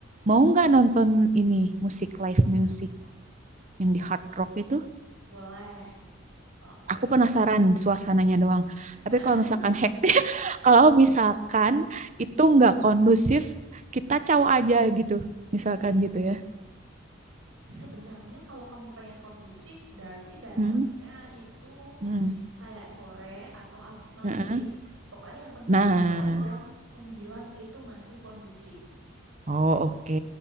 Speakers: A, on the right; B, on the right.
A: mau nggak nonton ini musik live music yang di Hard Rock itu?
B: Boleh. Oke.
A: Aku penasaran suasananya doang.
B: <laughs>
A: Tapi kalau misalkan hack, <laughs> kalau misalkan itu nggak kondusif, kita caw aja gitu. Misalkan gitu ya.
B: Sebenarnya kalau kamu pengen kondusif berarti datangnya
A: Hmm.
B: itu
A: Hmm.
B: kayak sore atau abis maghrib.
A: Heeh.
B: Pokoknya yang penting
A: Nah,
B: di bawah jam sembilan itu masih kondusif.
A: Oh, oke,